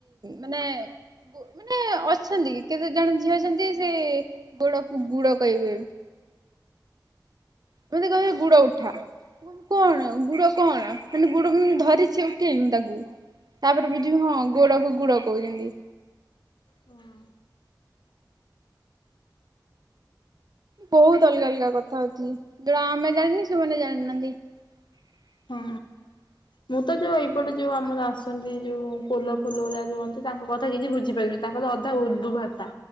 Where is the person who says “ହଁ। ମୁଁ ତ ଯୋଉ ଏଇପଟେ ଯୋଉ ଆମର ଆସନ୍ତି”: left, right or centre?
Left